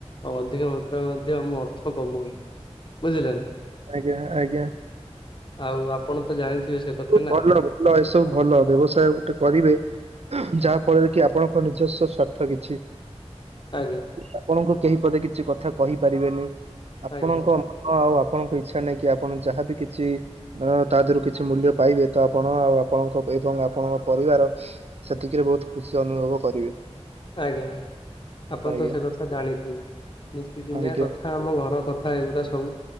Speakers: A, on the left; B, on the right.
A: ଆଉ ଅଧିକ ମାତ୍ରାରେ ମଧ୍ୟ ଆମ ଅର୍ଥ କମ ହଉଛି। ବୁଝିଲେନା?
B: ଆଜ୍ଞା ଆଜ୍ଞା।
A: ଆଉ ଆପଣ ତ ଜାଣିଥିବେ ସେ କଥା
B: ବୁ
A: ନା
B: ଭର୍ଣ୍ଣ ଭଲ ଏସବୁ ଭଲ ବ୍ୟବସାୟ ଗୋଟେ କରିବେ ଯାହା ଫଳରେ କି ଆପଣଙ୍କ ନିଜସ୍ୱ ସ୍ୱାର୍ଥ କିଛି
A: ଆଜ୍ଞା।
B: ଆପଣଙ୍କୁ କେହି ପଦେ କିଛି କଥା କହିପାରିବେନି, ଆପଣଙ୍କ
A: ଆଜ୍ଞା
B: ମନ ଆଉ ଆପଣଙ୍କ ଇଛା ନେଇ କି ଆପଣ ଯାହାବି କିଛି ଅ ତା ଦେହରୁ କିଛି ମୂଲ୍ୟ ପାଇବେ ତ ଆପଣ ଆଉ ଆପଣଙ୍କ ଏବଂ ଆପଣଙ୍କ ପରିବାର ସେତିକିରେ ବୋହୁତ୍ ଖୁସି ଅନୁଭବ କରିବେ।
A: ଆଜ୍ଞା, ଆପଣ
B: ଆଜ୍ଞା
A: ତ ସେ କଥା ଜାଣିଥିବେ, ନିତି ଦିନିଆ
B: ଆଜ୍ଞା
A: କଥା। ଆମ ଘର କଥା ଏଗୁଡା ସବୁ,